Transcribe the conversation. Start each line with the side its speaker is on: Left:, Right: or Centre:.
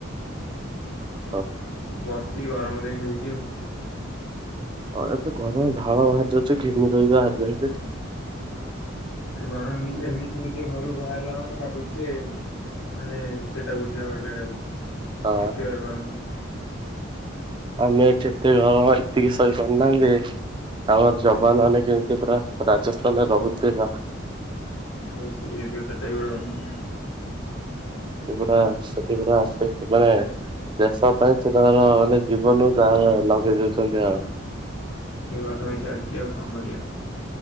Right: ଓ ହୋ
Left: ବସିଛି ଗରମ ଦେଇ ହୋଉଛି ଆଉ।
Right: ଅ ଏତେ ଗରମ ଝାଳ ବାହାରି ଯାଉଛି ଘିମିର ହେଇ ବାହାରି ଯାଇଚି।
Left: ଏ ଗରମ ହି ଏମିତି ହୋଇକି ଘରୁ ବାହାରିଲା ମାନେ ଲାଗୁଛି ଯେ ମାନେ ଚେତା ବୁଡ଼ିଲା ଭଳିଆ ଲାଗୁଛି
Right: ହଁ।
Left: ଏତେ ଜୋରେ ଗରମ୍ ହୋଉଛି।
Right: ଆମେ ଏଠେ ଏତେ ଗରମ ଏତିକି ସହିପାରୁନାହାନ୍ତି। ଆମର ଯବାନ ମାନେ କେମିତି ପୁରା ରାଜସ୍ଥାନରେ ରହୁଥିବେ ଯା।
Left: ଆଉ ସିଏ ବି ସେଟା ବି ଗୋଟେ କଥା।
Right: ସେ ପୁରା ସେଥି ପୁରା ସେ ମାନେ ଦେଶ ପାଇଁ ସେ ତାଙ୍କର ମାନେ ଜିବନ ତାର ଲଗେଇ ଦୋଉଛନ୍ତି ଆଉ।
Left: ଏଇଭଳିଆ ତ ଭାଇ ଚାଲିଛି ଆଉ କଣ କରିବା।